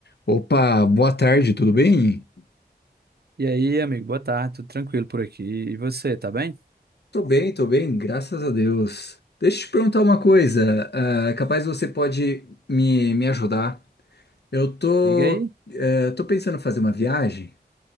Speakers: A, on the left; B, on the right.
A: Opa, boa tarde, tudo bem?
B: E aí, amigo, boa tarde, tudo tranquilo por aqui. E você, tá bem?
A: Tô bem, tô bem, graças a Deus. Deixa eu te perguntar uma coisa, ah, é capaz você pode me, me ajudar. Eu tô,
B: Diga aí.
A: eh, tô pensando em fazer uma viagem,